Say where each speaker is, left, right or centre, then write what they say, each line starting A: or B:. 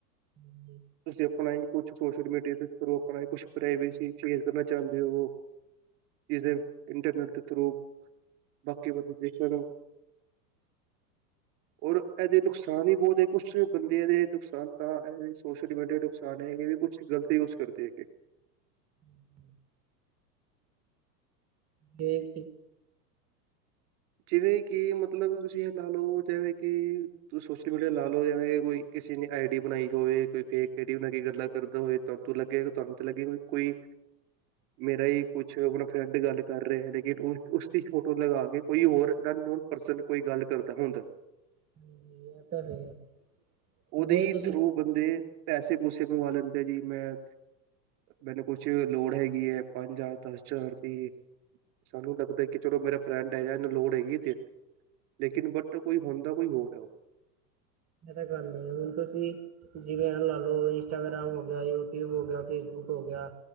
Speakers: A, on the right (about 30°); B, on the right (about 50°).
A: ਮ
B: ਤੁਸੀਂ ਆਪਣਾ ਹੀ ਕੁਛ ਸੋਸ਼ਲ ਮੀਡੀਆ ਦੇ ਥਰੂ ਆਪਣਾ ਹੀ ਕੁਛ ਪ੍ਰਾਈਵੇਸੀ ਸ਼ੇਅਰ ਕਰਨਾ ਚਾੰਦੇ ਓ। ਕਿਸਦੇ ਇੰਟਰਨੈਟ ਦੇ ਥਰੂ ਬਾਕੀ ਬੰਦੇ ਦੇਖ ਲੈਣਾ। ਔਰ ਐਦੇ ਨੁਕਸਾਨ ਈ ਬੌਤ ਹੈਗ ਕੁਛ ਬੰਦਿਆਂ ਦੇ ਨੁਕਸਾਨ ਤਾਂ ਐਹ ਸੋਸ਼ਲ ਮੀਡੀਆ ਨੁਕਸਾਨ ਹੈਗੇ ਵੀ ਕੁਛ ਗਲਤੀ ਯੂਸ ਕਰਦੇ ਹੈਗੇ।
A: ਹੂੰ, ਹੂੰ। ਕਿਵੇਂ ਐਕਟੀਗ
B: ਜਿਵੇਂ ਕਿ ਮਤਲਬ ਤੁਸੀਂ ਐਹ ਲਾ ਲੋ ਜੈਵੇਂ ਕਿ ਤੁਸੀਂ ਸੋਸ਼ਲ ਮੀਡੀਆ ਲਾ ਲੋ ਜੈਵੇਂ ਕੋਈ ਕਿਸੇ ਨੇ ਆਈਡੀ ਬਣਾਈ ਹੋਏ ਕੋਈ ਫੇਕ ਆਈਡੀ ਬਣਾ ਕੇ ਗੱਲਾਂ ਕਰਦਾ ਹੋਏ। ਤਵਾਣ ਤੂੰ ਲੱਗੇਗਾ ਤੁਆਨੂੰ ਤੇ ਲੱਗੇਗਾ ਬਈ ਕੋਈ ਮੇਰਾ ਈ ਕੁਛ ਅਪਣਾ ਫਰੈਂਡ ਗੱਲ ਕਰ ਰਿਐ ਲੇਕਿਨ ਉਸ ਉਸਦੀ ਫੋਟੋ ਲਗਾ ਕੇ ਕੋਈ ਹੋਰ ਗਨਨੋਨ ਪਰਸਨ ਕੋਈ ਗੱਲ ਕਰਦਾ ਹੋੰਦੈ।
A: ਹਾਂਜੀ, ਐਹ ਤਾਂ ਹੈ,
B: ਉਹਦੇ
A: ਜਿਵੇਂ ਤੁਸੀਂ
B: ਥਰੂ ਬੰਦੇ ਪੈਸੇ-ਪੂਸੇ ਮੰਗਵਾ ਲੈਂਦੇ ਐ ਜੀ ਮੈਂ ਮੈਨੂੰ ਕੁਛ ਲੋੜ ਹੈਗੀ ਐ ਪੰਜ ਜ਼ਾਰ, ਦਸ ਜ਼ਾਰ ਦੀ। ਸਾਨੂੰ ਲੱਗਦੈ ਕਿ ਚਲੋ ਮੇਰਾ ਫਰੈਂਡ ਹੈਗੈ, ਐਨੂੰ ਲੋੜ ਹੈਗੀ ਏ ਦੇਦ ਲੇਕਿਨ ਬਟ ਕੋਈ ਹੋੰਦਾ ਕੋਈ ਹੋਰ ਐ ਓਹ।
A: ਐਹ ਤਾਂ ਗੱਲ ਏ। ਹੁਣ ਤੁਸੀਂ ਜਿਵੇਂ ਐ ਲਾ ਲੋ ਇੰਸਟਾਗ੍ਰਾਮ ਹੋ ਗਿਆ, ਯੂਟਿਊਬ ਹੋ ਗਿਆ, ਫੇਸਬੁੱਕ ਹੋ ਗਿਆ